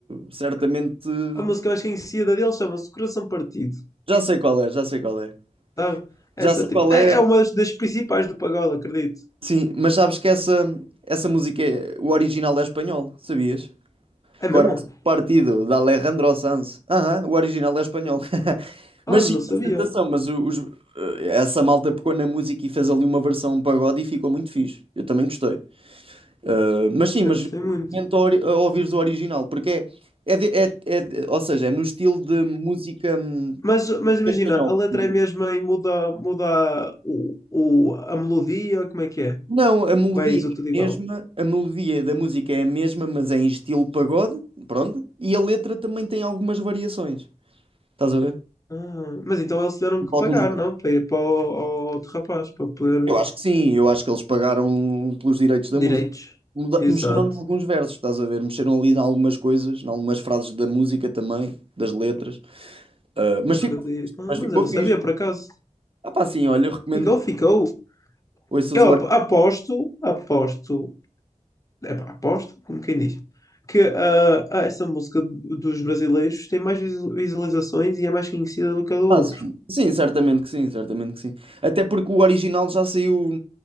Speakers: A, on the right (about 45°); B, on the left (about 25°).
A: certamente eh,
B: a música mais conhecida deles chama-se Coração Partido.
A: já sei qual é, já sei qual é.
B: Sabe? Essa
A: Já sei
B: tipo.
A: qual
B: É,
A: é,
B: é uma das das principais do pagode, acredito.
A: sim, mas sabes que essa, essa música, é, o original é espanhol, sabias?
B: É
A: Coração
B: mesmo?
A: Partido, de Alejandro Sanz. Aham, o original é espanhol. <laughs>
B: Ah,
A: Mas
B: não
A: sim,
B: sabia.
A: apresentação, mas o- os- eh, essa malta pegou na música e fez ali uma versão um pagode e ficou muito fixe. Eu também gostei. Eh, mas sim,
B: Eu
A: mas
B: gostei
A: recomendo
B: muito.
A: a ori- a ouvires o original, porque é, é, de- é- é de- ou seja, é no estilo de música hum,
B: Mas, mas imagina,
A: espanhol,
B: a letra
A: digamos.
B: é mesmo e muda, muda o, o, a melodia, como é que é?
A: Não, a melodia
B: Ou é isso tudo igual?
A: é a mesma, a melodia da música é a mesma, mas é em estilo pagode, pronto, e a letra também tem algumas variações. Estás a ver?
B: Ah, mas então eles tiveram que
A: Alguns
B: pagar, não? Para ir para o, outro rapaz, para poder.
A: Eu acho que sim, eu acho que eles pagaram pelos direitos da
B: Direitos.
A: música. Muda-
B: Exato.
A: Mexeram em alguns versos, estás a ver? Mexeram ali em algumas coisas, em algumas frases da música também, das letras. Ah, mas
B: Acredito.
A: ficou,
B: Ah,
A: mas
B: mas
A: ficou
B: eu não sabia,
A: fixe.
B: por acaso.
A: Ah, pá, sim, olha, eu recomendo
B: Ficou,
A: que
B: ficou.
A: ouças
B: Eu
A: o
B: ap-
A: original.
B: aposto, aposto. Epá, aposto, como quem diz. Que ah, ah, essa música do- dos brasileiros tem mais visu- visualizações e é mais conhecida do que a do outro.
A: Ah, sim. Sim, certamente que sim, certamente que sim. Até porque o original já saiu,